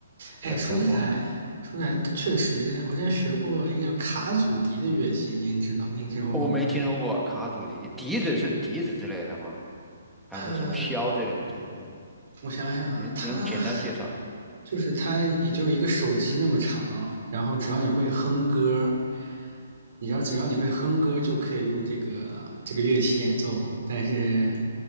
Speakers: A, on the right (about 55°); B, in the centre.
A: 哎，
B: 对，
A: 说起来说起来，
B: 要摸，嗯。
A: 确实我之前学过一个叫卡祖笛的乐器，您知道您听说过吗？
B: 我没听说过卡祖笛，笛子是笛子之类的吗？还是什么箫之类的笛子？
A: 呃，我想想啊，
B: 您能简单介绍一下？
A: 它。就是它也就一个手机那么长，然后只要你会哼歌，你知道，只要你会哼歌，就可以用这个这个乐器演奏。但是，